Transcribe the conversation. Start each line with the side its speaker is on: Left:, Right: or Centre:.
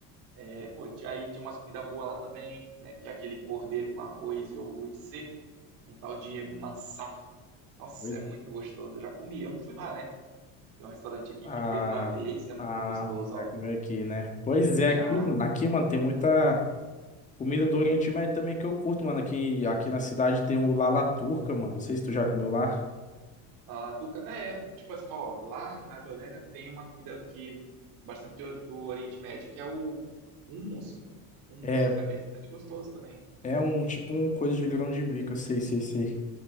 Right: É, pô, ti- aí tinha umas comidas boas lá também, né? Que é aquele cordeiro com arroz e iogurte seco, um tal de mansaf. Nossa,
Left: Oi,
Right: é muito gostoso. Eu já comi, eu não fui lá, né? Tem um restaurante aqui
Left: Ah,
Right: que fez uma vez, é muito
Left: ah,
Right: gostoso, ó.
Left: já que veio aqui, né? Pois é,
Right: Já.
Left: aqui, mano, aqui, mano, tem muita. Comida do Oriente Médio também que eu curto, mano. Aqui, aqui na cidade tem o Lala Turca, mano. Não sei se tu já comeu lá.
Right: A Tuca, é, tipo assim, ó, lá na Jordânia tem uma comida que bastante do, do Oriente Médio, que é o hummus, pô. Hummus,
Left: É,
Right: que
Left: é,
Right: é bastante gostoso também.
Left: é um tipo um coisa de grão de bico, eu sei, sei, sei.